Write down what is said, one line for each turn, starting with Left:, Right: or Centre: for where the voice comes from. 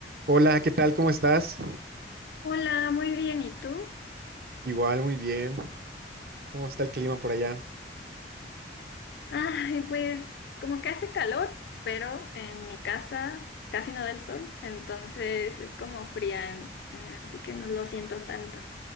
Right: Hola, ¿qué tal? ¿Cómo estás?
Left: Hola, muy bien. ¿Y tú?
Right: Igual, muy bien. ¿Cómo está el clima por allá?
Left: Ay, pues como que hace calor, pero en mi casa casi no da el sol, entonces es como fría, eh, así que no lo siento tanto.